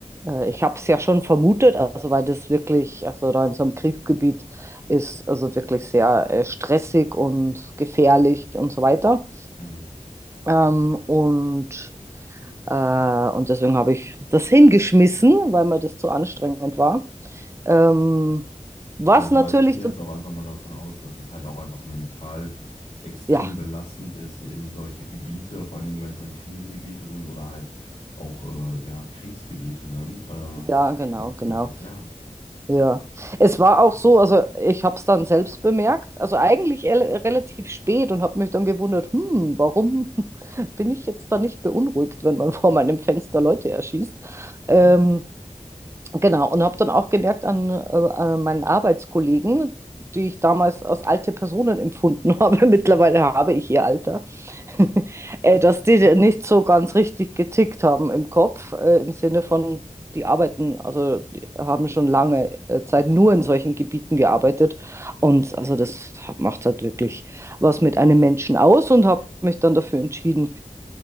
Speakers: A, on the right (about 20°); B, on the left (about 50°).
A: äh, ich habe es ja schon vermutet, also weil das wirklich, also da in so einem Kriegsgebiet ist, also wirklich sehr äh, stressig und gefährlich und so weiter.
B: Mhm.
A: Ähm, und, äh, und deswegen habe ich das hingeschmissen, weil mir das zu anstrengend war. Ähm, was
B: Ich gehe auch
A: natürlich,
B: mal, ich gehe
A: to-
B: jetzt auch einfach mal davon aus, dass es halt auch einfach mental extrem
A: ja,
B: belastend ist in solche Gebiete, vor allen Dingen, wenn es dann Krisengebiete sind oder halt auch äh, ja, Kriegsgebiete dann, äh,
A: ja, genau,
B: dort zu
A: genau.
B: verkehren.
A: Ja, es war auch so, also ich habe es dann selbst bemerkt, also eigentlich el- relativ spät und habe mich dann gewundert, hm, warum <laughs> bin ich jetzt da nicht beunruhigt, wenn man <laughs> vor meinem Fenster Leute erschießt?
B: Mhm.
A: Ähm, genau, und habe dann auch gemerkt an, äh, an meinen Arbeitskollegen, die ich damals als alte Personen empfunden <laughs> habe, mittlerweile habe ich ihr Alter. <laughs> Äh,
B: <laughs>
A: dass die nicht so ganz richtig getickt haben im Kopf, äh, im Sinne von, die arbeiten, also die haben schon lange äh, Zeit nur in solchen Gebieten gearbeitet.
B: Mhm.
A: Und also das macht halt wirklich was
B: Mhm.
A: mit einem Menschen aus und habe mich dann dafür entschieden,